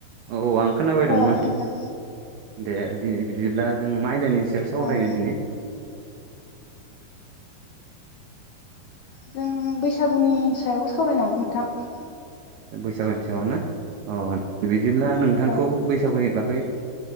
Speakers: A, on the right (about 80°); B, on the left (about 75°).
A: औ आं खोनाबाय दंमोन
B: अ खोनादों
A: दे बिदिब्ला जों माइदानि सायाव सावरायनो
B: अ
A: दिनै
B: जों बैसागुनि सायाव सावरायनो हागोन नोंथां।
A: बैसागुनि सायाव ना अ बिदिब्ला नोंथांखौ
B: औ
A: बैसागुनि बागै